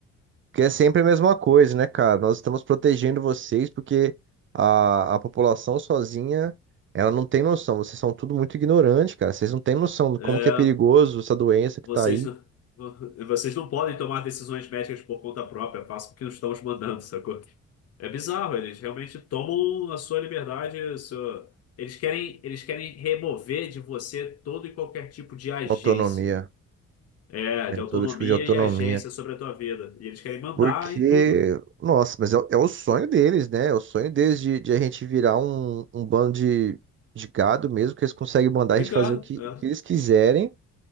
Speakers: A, on the right; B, on the left.
A: Porque é sempre a mesma coisa, né, cara? Nós estamos protegendo vocês porque a, a população sozinha, ela não tem noção. Vocês são tudo muito ignorantes, cara. Vocês não têm noção de
B: É,
A: como que é perigoso essa doença que
B: Vocês
A: tá aí.
B: não, vo- vocês não podem tomar decisões médicas por conta própria, façam o que estão os mandando, sacou? É bizarro, eles realmente tomam a sua liberdade, a sua- eles querem, eles querem remover de você todo e qualquer tipo de agência,
A: Autonomia,
B: é,
A: né?
B: de autonomia
A: Todo tipo de autonomia.
B: e agência sobre a tua vida. E eles querem mandar
A: Porque,
B: em tudo,
A: nossa, mas é, o é o sonho deles, né? É o sonho deles de, de a gente virar um, um bando de, de gado mesmo, que eles conseguem mandar a gente
B: ligado,
A: fazer o que,
B: né?
A: o que eles quiserem